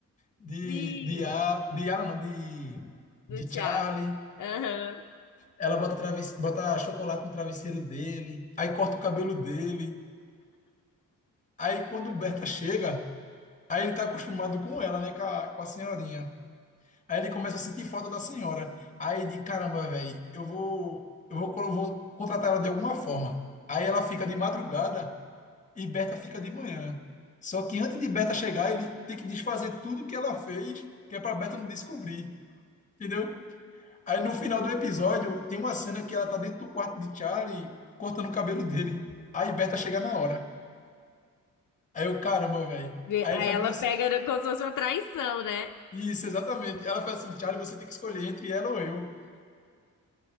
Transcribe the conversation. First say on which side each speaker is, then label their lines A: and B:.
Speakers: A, on the left (about 25°); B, on the left (about 70°).
A: de,
B: Sim,
A: de, A- de Alan, não, de, de
B: do Thiago.
A: Charlie.
B: Aham.
A: Ela bota, traves, bota chocolate no travesseiro dele, aí corta o cabelo dele. Aí, quando Berta chega. Aí ele tá acostumado com ela, né? Com a, com a senhorinha. Aí ele começa a sentir falta da senhora. Aí de caramba, velho, eu vou, eu vou, colo- vou contratar ela de alguma forma. Aí ela fica de madrugada e Berta fica de manhã. Só que antes de Berta chegar, ele tem que desfazer tudo que ela fez, que é pra Berta não descobrir. Entendeu? Aí no final do episódio, tem uma cena que ela tá dentro do quarto de Charlie, cortando o cabelo dele. Aí Berta chega na hora. Aí eu, caramba, velho.
B: Vê-
A: Aí
B: Aí
A: ele faz
B: ela
A: mesmo assim,
B: pega como se fosse uma traição, né?
A: Isso, exatamente. Ela fala assim, Charlie, você tem que escolher entre ela ou eu.